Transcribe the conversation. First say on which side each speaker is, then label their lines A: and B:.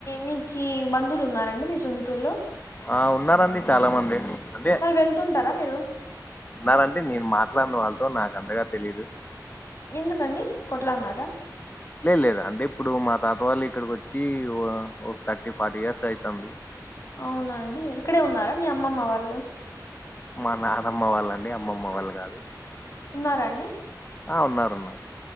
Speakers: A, on the left; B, on the left.
A: మీకీ బంధువులు ఉన్నారండి మీ సొంతూరులో
B: ఆ ఉన్నారండి చాలా మంది అంటే
A: మరి వెళ్తుంటారా మీరు
B: నాన్నంటే నేను మాట్లాడను వాళ్ళతో నాకు ఇంతగా తెలీదు
A: ఎందుకండీ కొట్లో అన్నారా
B: లేదు లేదు అంటే ఇప్పుడు మా తాతవాళ్లు ఇక్కడికి వచ్చి ఓ థర్టీ ఫార్టీ ఇయర్స్ అయితాంది
A: అవునండి ఇక్కడే ఉన్నారా మీ అమ్మమ్మ వాళ్లు
B: మా నాన్నమ్మ వాళ్లండి అమ్మమ్మ వాళ్లు కాదు
A: ఉన్నారండి
B: ఆ ఉన్నారు ఉన్నారు